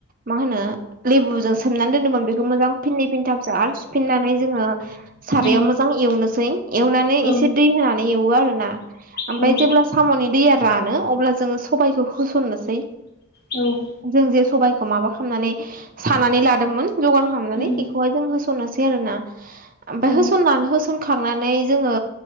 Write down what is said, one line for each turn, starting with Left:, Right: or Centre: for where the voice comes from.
Right: मा होनो लेबुजों सोमनानै दोनदोंमोन बेखौ मोजां फिनै फिनथामसो आरो। हफिननानै जोङो सारायाव
Left: उम
Right: मोजां एवनोसै एवनानै
Left: औ
Right: एसे दै होनानै एवो आरो ना? ओमफ्राय
Left: औ
Right: जेब्ला साम'नि दैया रानो अब्ला जोङो सबायखौ होसननोसै
Left: औ
Right: जों जे सबायखौ माबा खालामनानै सानानै लादोंमोन जगार खालामनानै
Left: उम
Right: बेखौहाय जों सै आरो ना ओमफ्राय
Left: औ
Right: होसननानै होसनखांनानै जोङो